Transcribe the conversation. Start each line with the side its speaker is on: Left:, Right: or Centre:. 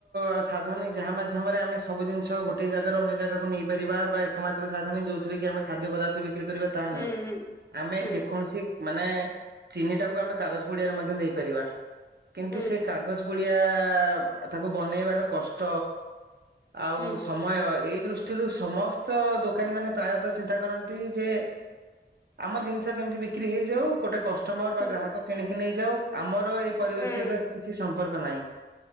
Right: ଆସ ସାଧନୀ ଯାହା ମାଧ୍ୟମରେ ଆମେ ସବୁ ଜିନିଷ ଗୋଟେ ଜାଗାର ଅନ୍ୟ ଜାଗାକୁ ନେଇପାରିବା ବା ଏକମାତ୍ର ସାଧନୀ ଯୋଉଥିରେ କି ଆମେ ଖାଦ୍ୟ ପଦାର୍ଥ ବି ବିକ୍ରି କରିବା ତାହା
Left: ହୁଁ
Right: ନୁହେଁ,
Left: ହୁଁ
Right: ଆମେ
Left: ହୁଁ
Right: ଯେକୌଣସି ମାନେ ଚିନିଟାକୁ ଆମେ କାଗଚ କୁଡ଼ିଆରେ ମଧ୍ୟ ନେଇପାରିବା। କିନ୍ତୁ
Left: ହୁଁ
Right: ସେ କାଗଜ ପୁ ପୁଡ଼ିଆ, ତାକୁ ବନେଇବାର କଷ୍ଟ ଆଉ
Left: ହୁଁ
Right: ସମୟ ଏଇ ଦୃଷ୍ଟିରୁ ସମସ୍ତ ଦୋକାନୀ ମାନେ ପ୍ରାୟତଃ ଚିନ୍ତା କରନ୍ତି ଯେ ଆମ ଜିନିଷ କେମିତି ବିକ୍ରି ହେଇଯାଉ ଗୋଟେ କଷ କଷ୍ଟମର ବା
Left: ହୁଁ
Right: ଗ୍ରାହକ ନେଇଯାଉ, ଆମର ର ଏଇ ପରିବେଶର
Left: ହୁଁ
Right: କିଛି ସ ମ୍ପର୍କ ନାହିଁ।